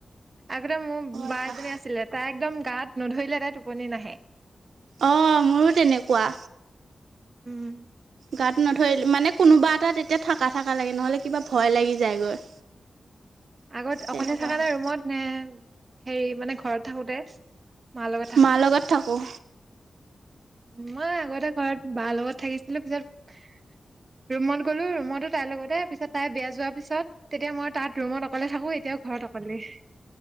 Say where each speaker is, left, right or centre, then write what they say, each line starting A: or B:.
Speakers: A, on the right; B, on the right.
A: আগতে মোৰ বা
B: অভ্যাস
A: এজনী আছিলে তাই একদম গাত নধৰিলে তাই টোপনি নাহে।
B: অ মোৰো তেনেকুৱা।
A: উম।
B: গাত নধৰি মানে কোনোবা এটা তেতিয়া থাকা থাকা লাগে নহ'লে কিবা ভয় লাগি যায়গৈ।
A: আগত
B: তেনেকুৱা
A: অকলে থাকা
B: হয়
A: নে ৰুমত নে হেৰি মানে ঘৰত থাকোতে মা লগত থাক
B: মাৰ লগত থাকোঁ।
A: মই আগতে ঘৰত বা লগত থাকিছিলো পিছত ৰুমত গ'লো ৰুমতো তাইৰ লগতে পিছত তাই বেয়া যোৱাৰ পিছত তেতিয়া মই তাত ৰুমত অকলে থাকো এতিয়াও ঘৰত অকলেই।